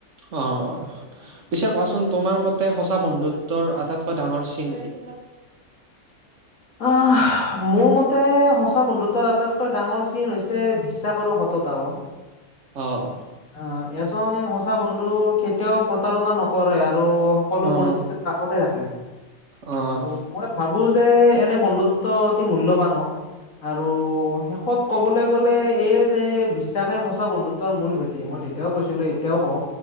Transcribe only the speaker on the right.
অ'! পিছে কোৱাচোন? তোমাৰ মতে, সঁচা বন্ধুত্বৰ আটাইতকৈ ডাঙৰ চিন কি?
অ'।
অ',
অ',